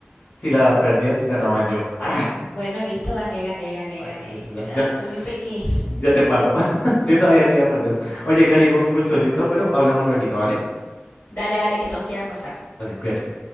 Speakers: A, on the left (about 65°); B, on the left (about 45°).
A: Si la perdías, ganaba yo. Ah,
B: Bueno, listo, gané, gané, gané,
A: rayos,
B: gané.
A: listo. Ya,
B: O sea,
A: ya-
B: soy muy friki.
A: Ya te pago. <laughs> Yo sabía que iba a perder. Oye, Cari, fue un gusto, listo, pero hablamos luego, ¿vale?
B: Dale, dale, que tengo que ir a almorzar.
A: Vale, cuídate.